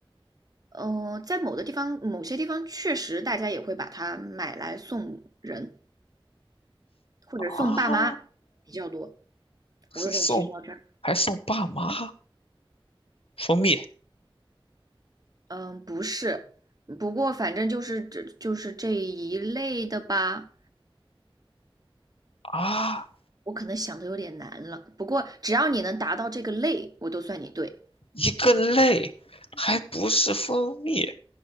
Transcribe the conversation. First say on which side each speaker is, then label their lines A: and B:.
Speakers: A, on the right; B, on the left.
A: 呃，在某的地方，某些地方确实大家也会把它买来送人或者送爸妈
B: 啊，
A: 比较多。我都给你提示到这儿。
B: 是送还送爸妈蜂蜜
A: 嗯，不是，不过反正就是这就是这一类的吧。
B: 啊，
A: 我可能想的有点难了，不过只要你能达到这个类，我都算你对。
B: 一个类，还不是蜂蜜，